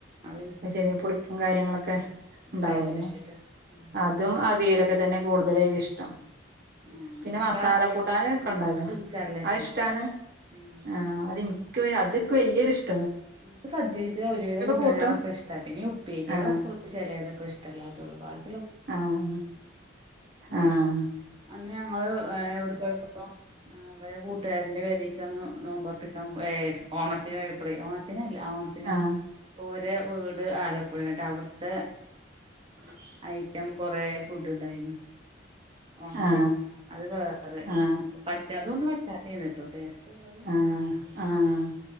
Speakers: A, on the right (about 25°); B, on the right (about 50°).
A: അതേത്
B: ചെറിയ പുളിപ്പും കാര്യങ്ങളൊക്കെ ഉണ്ടാവുമല്ലോ
A: തൈര് ഒഴിച്ചിട്ട് ഉം
B: അതും ഇതൊക്കെ തന്നെ കൂടുതലായില് ഇഷ്ടം
A: ആഹ്
B: പിന്നെ
A: ഇൻക്കാ
B: മസാല
A: മറ്റേ
B: കൂട്ടാന്ക്കെ
A: ആഹ്
B: ഒണ്ടാല്ലൊ
A: അത് ഇൻക്ക് നല്ല ഇഷ്ടാ
B: അത് ഇഷ്ടാണ്
A: ഉം
B: ആഹ്
A: അത്
B: ആ അതെനിക്ക് അത് വലിയൊ ഇഷ്ടം
A: എനിക്ക് സദ്യയില് ഒരുവിധം കൂട്ടാന്കളൊക്കെ
B: കൂട്ടും
A: ഇഷ്ടാ പിന്നെ ഉപ്പേരികളൊക്കെ
B: ആ
A: ചിലതൊക്കെ ഇഷ്ടം ഇല്ലാത്ത ഉള്ളൂ ബാക്കി
B: ആഹ് ആഹ്
A: അന്ന് ഞങ്ങള് എവിടെ പോയപ്പോ ആ ഇവലെ കൂട്ടുകാരന്റെ പെരിക്കന്ന് നോമ്പറപ്പിക്കാം ഓണത്തിന് പോയപ്ളെ ഓണത്തിനല്ല ഓ ത്തിന്
B: ആ
A: ഓരെ വീട് ആലപ്പുഴയാ എന്നിട്ട് അവിടുത്തെ
B: <inaudible>
A: ഐറ്റം കൊറെ ഫുഡ് ഉണ്ടായിന്ന് ഓണത്തിന്
B: ആ
A: അത് വേറെ പക്ഷെ
B: ആ
A: പറ്റണതുണ്ട് പറ്റാത്തെണ്ട്ട്ടൊ ടേസ്റ്റ് ഇള്ളതും
B: ആഹ്
A: ഇല്ലാത്തീണ്ട്
B: ആഹ്